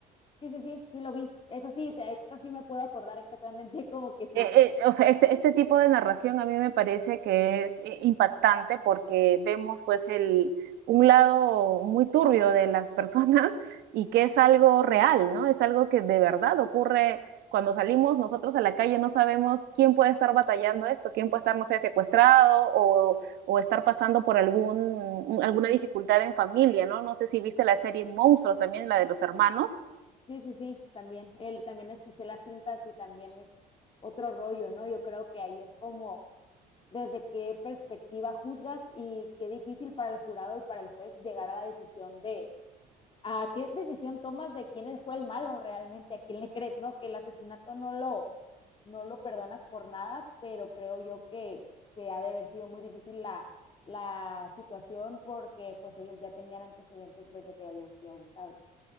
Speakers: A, on the left; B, on the right.
A: Sí, sí, sí, sí lo vi. Eso sí, te- esta sí me puedo acordar exactamente <laughs> como que sí.
B: Eh, eh, o sea, este, este tipo de narración a mí me parece que es eh, impactante porque vemos pues el, un lado muy turbio de las <laughs> personas y que es algo real, ¿no? Es algo que de verdad ocurre cuando salimos nosotros a la calle, no sabemos quién puede estar batallando esto, quién puede estar, no sé, secuestrado o, o estar pasando por algún, alguna dificultad en familia, ¿no? No sé si viste la serie Monstruos también, la de los hermanos.
A: Sí, sí, sí, también. Él también escuché las cintas y también es otro rollo, ¿no? Yo creo que ahí es como desde qué perspectiva juzgas y qué difícil para el jurado y para el juez llegar a la decisión de a qué decisión tomas de quién fue el malo realmente, a quién le crees, ¿no? Que el asesinato no lo, no lo perdonas por nada, pero creo yo que, que ha de haber sido muy difícil la, la situación porque pues ellos ya tenían antecedentes pues de que habían sido abusados.